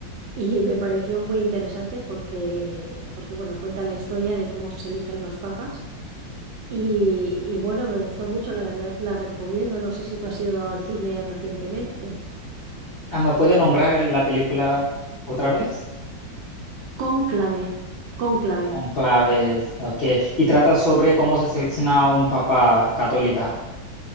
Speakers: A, on the right; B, on the left.
A: y me pareció muy interesante porque, porque bueno, cuenta la historia de cómo se eligen los papas y, y bueno, me gustó mucho, la verdad la recomiendo. No sé si tú has ido al cine recientemente.
B: Ah, ¿me puede nombrar la película otra vez?
A: Cónclave, Cónclave.
B: Conclaves, ok. Y trata sobre cómo se selecciona un papa católica.